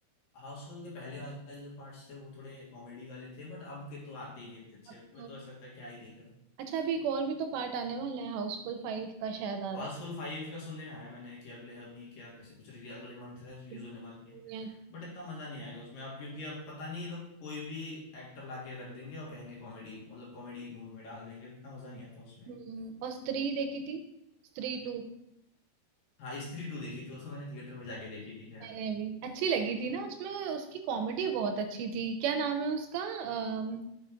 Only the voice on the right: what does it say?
अब
तो
अच्छा अभी एक और भी तो पार्ट आने वाला है हाउसफुल फाइव का शायद आ
रहा
है
या-
हम्म, और स्त्री देखी थी स्त्री टू
मैंने भी अच्छी लगी थी ना उसमें उसकी कॉमेडी बहुत अच्छी थी क्या नाम है उसका अम,